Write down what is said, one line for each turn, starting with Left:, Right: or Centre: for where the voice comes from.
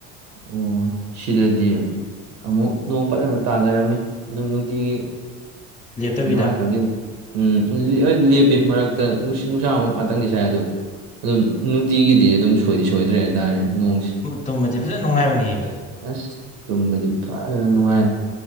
Right: ꯑꯣ ꯁꯤꯗꯗꯤ ꯑꯃꯨꯛ ꯅꯣꯡ ꯐꯖꯅ ꯇꯥꯖꯔꯝꯃꯤ ꯑꯗꯨꯝ ꯅꯨꯡꯇꯤꯒꯤ
Left: ꯂꯦꯞꯇꯕꯤꯗ
Right: ꯑꯉꯥꯡ ꯈꯪꯉꯤꯗ ꯎꯝ ꯂꯦꯞꯄꯤ ꯃꯔꯛꯇ ꯅꯨꯡꯁꯤꯠ ꯅꯨꯡꯁꯥꯃꯨꯛ ꯉꯥꯛꯇꯪꯗꯤ ꯁꯥꯏ ꯑꯗꯨ ꯑꯗꯨꯝ ꯅꯨꯡꯇꯤꯒꯤꯗꯤ ꯑꯗꯨꯝ ꯁꯣꯏꯗꯤ ꯁꯣꯏꯗ꯭ꯔꯦ ꯍꯥꯏꯇꯥꯔꯦꯅꯦ ꯅꯣꯡꯁꯦ
Left: ꯇꯨꯝꯃꯗꯤ ꯐꯖꯅ ꯅꯨꯡꯉꯥꯏꯕꯅꯤꯌꯦ ꯑꯗꯨ
Right: ꯑꯁ ꯇꯨꯝꯕꯗꯤ ꯐꯖꯅ ꯅꯨꯡꯉꯥꯏꯔꯦ